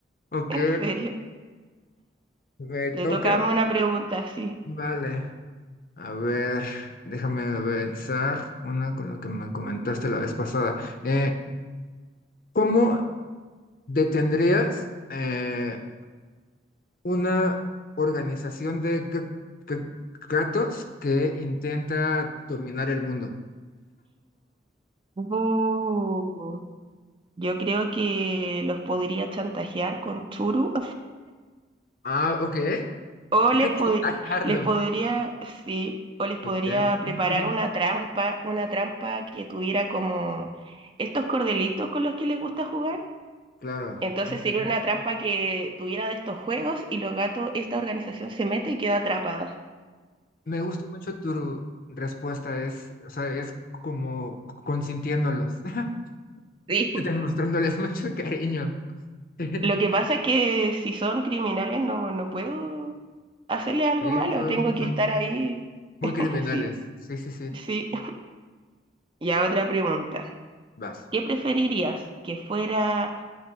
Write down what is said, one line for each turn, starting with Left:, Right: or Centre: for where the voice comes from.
Left: Ok,
Right: En serio.
Left: ¿me
Right: Te
Left: toca?
Right: toca darme una pregunta así.
Left: Vale. A ver, déjame pensar una con lo que me comentaste
Right: Ujú.
Left: la vez pasada. Eh, ¿cómo detendrías eh, una organización de g- g- gatos que intenta dominar el mundo.
Right: Uh, yo creo que los podría chantajear con Churu
Left: Ah, ok.
Right: O
Left: <laughs>
Right: les, pod-
Left: A Carlos.
Right: les podría, sí, o les podría
Left: Ok.
Right: preparar
Left: <laughs>
Right: una trampa, una trampa que tuviera como estos cordelitos con los que les gusta jugar.
Left: Claro.
Right: Entonces
Left: aunque
Right: sería una trampa que tuviera de estos juegos y los gatos, esta organización se mete y queda atrapada.
Left: Me gusta mucho tu respuesta. Es, o sea, es como consintiéndolos, <laughs>
Right: Sí.
Left: demostrándoles mucho cariño.
Right: <laughs>
Left: <laughs>
Right: Lo que pasa es que si son criminales no, no puedo hacerle algo
Left: Sí,
Right: malo,
Left: son,
Right: tengo que
Left: son
Right: estar ahí.
Left: muy
Right: <laughs>
Left: criminales.
Right: Sí,
Left: Sí, sí, sí.
Right: sí. Ya otra pregunta.
Left: Vas.
Right: ¿Qué preferirías? ¿Que fuera